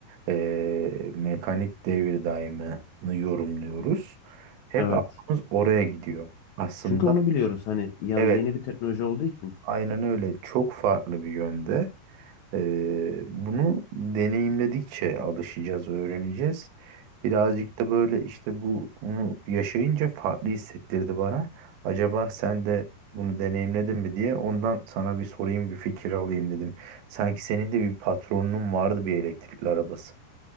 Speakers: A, on the right; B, on the left.
A: e, mekanik devir daimini yorumluyoruz. Hep
B: evet.
A: aklımız oraya gidiyor. Aslında
B: Çünkü onu biliyoruz hani yani
A: evet
B: yeni bir teknoloji olduğu için.
A: aynen öyle çok farklı bir yönde. Ee, bunu deneyimledikçe alışacağız, öğreneceğiz. Birazcık da böyle işte bu- bunu yaşayınca farklı hissettirdi bana. Acaba sen de bunu deneyimledin mi diye ondan sana bir sorayım, bir fikir alayım dedim. Sanki senin de bir patronunun vardı bir elektrikli arabası.